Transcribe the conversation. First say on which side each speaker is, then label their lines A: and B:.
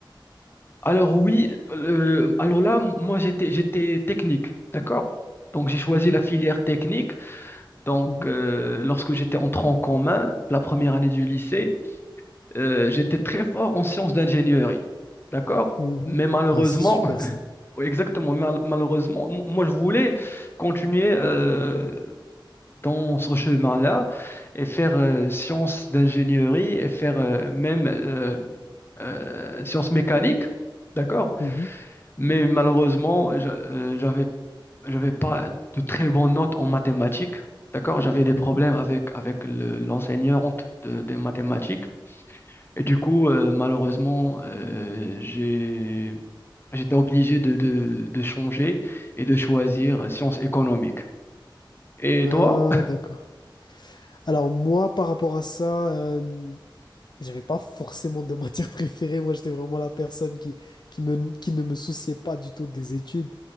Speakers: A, on the left; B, on the left.
A: alors oui, euh, alors là moi j'étais j'étais technique, d'accord? Donc j'ai choisi
B: Mhm,
A: la filière technique. Donc
B: mhm,
A: euh, lorsque j'étais en tronc commun, la première année du lycée, Euh, j'étais très fort en sciences d'ingénierie, d'accord?
B: mhm.
A: Mais malheureusement,
B: Ah, c'est super ça.
A: <laughs> exactement, mal- malheureusement, m- moi je voulais continuer euh, dans ce chemin-là et faire euh, sciences d'ingénierie et faire euh, même euh, euh, sciences mécaniques, d'accord?
B: Mhm,
A: Mais malheureusement, j'a- euh, j'avais j'avais pas de très bonnes notes en mathématiques, d'accord? J'avais des
B: mhm,
A: problèmes avec avec le- l'enseignante de, des mathématiques. Et du coup, euh, malheureusement, euh, j'ai, j'étais obligé de, de, de changer et de choisir sciences économiques. Et
B: mhm.
A: toi?
B: Ah, d'accord. Alors moi, par rapport à ça, euh, j'avais pas forcément de <laughs> matière préférée. Moi, j'étais vraiment la personne qui, qui me, qui ne me souciait pas du tout des études.